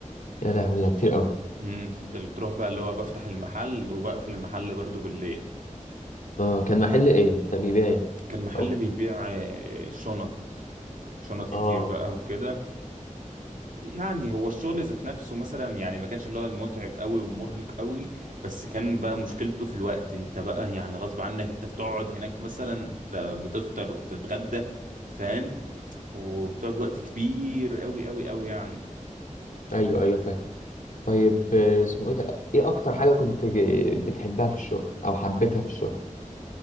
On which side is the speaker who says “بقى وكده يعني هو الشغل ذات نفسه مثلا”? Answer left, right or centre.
Right